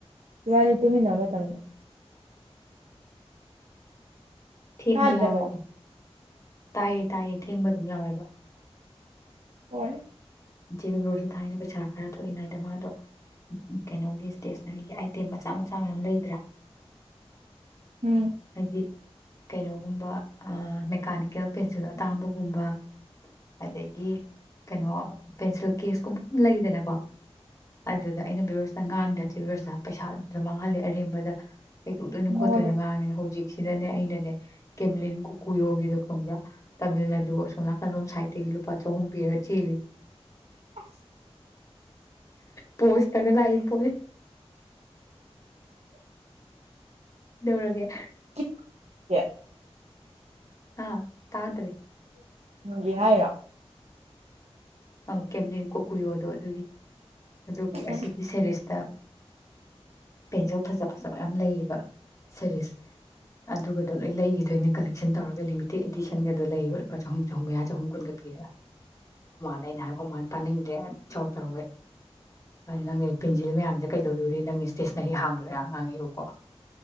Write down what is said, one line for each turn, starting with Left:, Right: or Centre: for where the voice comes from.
Right: ꯢꯕꯥꯟꯅꯤ ꯇꯨꯃꯤꯟꯅꯕ ꯃꯇꯝ ꯗ
Left: ꯊꯦꯡꯕ
Right: ꯇꯥꯗ꯭ꯔꯕꯣ
Left: ꯌꯥꯎꯋꯦꯗ ꯇꯥꯏꯌꯦ ꯇꯥꯏꯌꯦ ꯊꯦꯡꯕ ꯑꯗꯨꯝ ꯌꯥꯎꯋꯦꯕ
Right: ꯍꯣꯏ
Left: ꯖꯦꯕꯤ ꯕ꯭ꯔꯣꯁꯇ ꯊꯥꯏꯅ ꯄꯩꯁꯥ ꯈꯔ ꯊꯣꯛꯏꯉꯩꯗ ꯃꯥꯗꯣ ꯀꯩꯅꯣꯒꯤ ꯏꯁꯇꯦꯁꯟꯅꯔꯤꯒꯤ ꯑꯥꯏꯇꯦꯝ ꯃꯆꯥ ꯃꯆꯥ ꯃꯌꯥꯝ ꯂꯩꯗ꯭ꯔꯥ
Right: ꯎꯝ
Left: ꯍꯥꯏꯗꯤ ꯀꯩꯅꯣꯒꯨꯝꯕ ꯃꯦꯀꯥꯅꯤꯀꯦꯜ ꯄꯦꯟꯁꯤꯜ ꯑꯇꯥꯡꯕꯒꯨꯝꯕ ꯑꯗꯒꯤ ꯀꯩꯅꯣ ꯄꯦꯟꯁꯤꯜ ꯀꯦꯁ ꯀꯨꯝꯕ ꯑꯗꯨꯝ ꯂꯩꯗꯅꯀꯣ ꯑꯗꯨꯗ ꯑꯩꯅ ꯕꯤꯔꯣꯖꯇ ꯉꯥꯡ ꯆ‌ꯦꯕꯤꯚ꯭ꯔꯁꯇ ꯄꯩꯁꯥꯇ ꯃꯥꯡꯍꯜꯂꯦ ꯑꯔꯦꯝꯕꯗ ꯀꯩꯗꯣꯛꯇꯣꯏꯅ
Right: ꯅꯉꯣꯟꯗ
Left: ꯈꯣꯠꯇꯣꯏꯅ ꯉꯥꯡꯉꯤꯅ ꯍꯧꯖꯤꯛ ꯁꯤꯅꯅꯦ ꯑꯩꯅꯅꯦ ꯀꯦꯝꯂꯤꯟ ꯀꯨꯀꯨꯏꯍꯣꯒꯤꯗꯣ ꯈꯡꯕ꯭ꯔꯥ ꯇꯥꯃꯤꯜ ꯅꯥꯗꯨ ꯑꯁꯣꯝ ꯅꯥꯀꯜꯂꯣꯝ ꯁꯥꯏꯠꯇꯒꯤ ꯂꯨꯄꯥ ꯆꯍꯨꯝ ꯄꯤꯕꯥ ꯆꯦꯜꯂꯤ
Right: ꯑꯁ
Left: ꯄꯣꯁ ꯇꯒ ꯂꯥꯛꯏꯄꯣꯠꯅꯤ ꯗꯧꯔꯒ
Right: <unintelligible>
Left: ꯍꯥ ꯇꯥꯗ꯭ꯔꯦ
Right: ꯒꯦ ꯍꯥꯏꯔꯣ
Left: ꯑꯪ ꯀꯦꯝꯂꯤꯟ ꯀꯣꯀꯨꯌꯣꯗꯣ ꯑꯗꯨꯒꯤ ꯑꯗꯨꯒꯤ
Right: ꯎꯝ
Left: ꯑꯁꯤꯒꯤ ꯁꯦꯔꯤꯁꯇ ꯄꯦꯟꯁꯤꯜ ꯐꯖ ꯐꯖꯕ ꯌꯥꯝ ꯂꯩꯌꯦꯕ ꯁꯔꯤꯁ ꯑꯗꯨꯒ ꯑꯗꯣ ꯂꯣꯏ ꯂꯩꯈꯤꯗꯣꯏꯅꯦ ꯀꯂꯦꯛꯁꯟ ꯇꯧꯔꯒ ꯂꯤꯃꯤꯇꯦꯠ ꯏꯗꯤꯁꯟꯒꯗꯣ ꯂꯩꯌꯦ ꯂꯨꯄꯥ ꯆꯍꯨꯝ ꯆꯍꯨꯝ ꯃꯌꯥ ꯆꯍꯨꯝ ꯀꯨꯟꯒ ꯄꯤꯔꯒ ꯑꯗ ꯑꯩꯅ ꯍꯥꯏꯈꯣ ꯃꯥꯅ ꯇꯥꯅꯤꯡꯗ꯭ꯔꯦ ꯏꯆꯥꯎ ꯆꯥꯎꯋꯦ ꯅꯪꯒꯤ ꯄꯦꯟꯖꯤꯜ ꯃꯌꯥꯝꯁꯦ ꯀꯩꯗꯧꯗꯣꯔꯤ ꯅꯪ ꯏꯁꯇꯦꯁꯅꯔꯤ ꯍꯥꯡꯗꯣꯏꯔꯥ ꯉꯥꯡꯉꯤꯕꯀꯣ